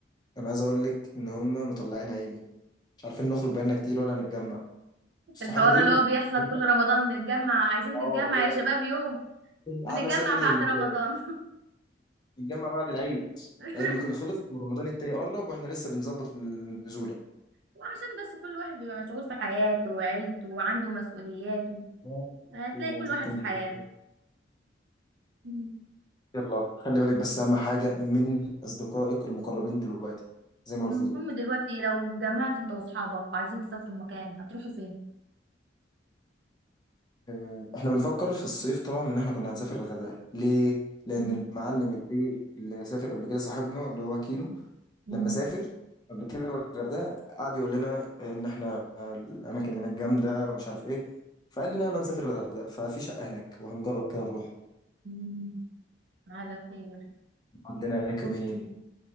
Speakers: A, on the left; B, on the right.
A: انا عايز اقول لك ان هم مطلعين عيني مش عارفين نخرج بقالنا كتير ولا نتجمع صحابي
B: الحوار
A: دول
B: اللي هو بيحصل
A: هم
B: كل رمضان نتجمع عايزين
A: اه
B: نتجمع
A: لا
B: يا شباب يوم بنتجمع
A: على سبيل
B: بعد
A: المثال
B: رمضان
A: نتجمع بعد العيد
B: <laughs>
A: العيد بيكون خلص ورمضان التاني قرب واحنا لسه بنظبط النزولة
B: وعشان بس كل واحد بيبقى مشغول في حياته وعيلته وعنده مسؤولياته
A: يا ستي
B: هتلاقي
A: يا
B: كل
A: ستي
B: واحد في
A: مزروع
B: حياة
A: إيه.
B: مم.
A: يلا خلي بالك بس اهم حاجة من اصدقائك المقربين دلوقتي زي ما
B: المهم
A: قلت لك
B: دلوقتي لو جمعت انت واصحابك وعايزين تسافروا مكان هتروحوا فين
A: آه، احنا بنفكر في الصيف طبعا ان احنا كنا هنسافر الغردقة ليه؟ لان
B: مم.
A: المعلم البي اللي سافر قبل كده صاحبنا اللي هو كينو
B: مم.
A: لما سافر قبل كده الغردقه قعد يقول لنا ان احنا الاماكن اللي هناك جامده ومش عارف ايه فقال لنا يلا نسافر الغردقه ففي شقه هناك وهنجرب كده نروح
B: مم. على خير
A: نقعد لنا هناك يومين